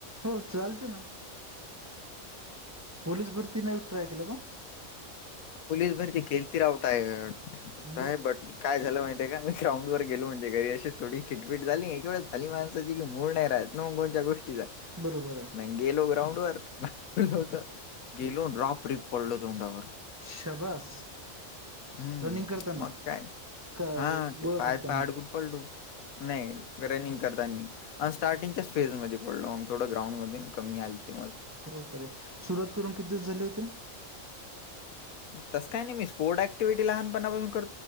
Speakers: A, on the right; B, on the left.
A: हो चालते ना, पोलीस भरती नाय ट्राय केलं का?
B: पोलीस भरती केलती राव टायड, ट्राय
A: मग
B: बट काय झालं माहितीय का मी ग्राउंड वर गेलो म्हणजे घरी अशीच थोडी खिटफीट झाली एक वेळ झाली माणसाची की मूळ नाही राहत. नो कोणच्या गोष्टीचा.
A: बरोबर हाय.
B: नाही गेलो ग्राउंड वर, <unintelligible> होत, गेलो रॉप रिप पडलो तोंडावर.
A: शबास.
B: हं,
A: रनिंग करताना,
B: मग काय
A: का
B: हां,
A: गोळा
B: ते पाय
A: फेकताना?
B: पाय अडकून पडलो, नाही रनिंग करतानी. आणि स्टार्टिंगच्याच फेज मध्ये पडलो अन थोडं ग्राउंडमध्ये कमी आलती म.
A: खरो खर ये, सुरुवात करून किती दिवस झाले होते?
B: तस काय नाही मी स्पोर्ट ऍक्टिव्हटी लहानपणापासून कर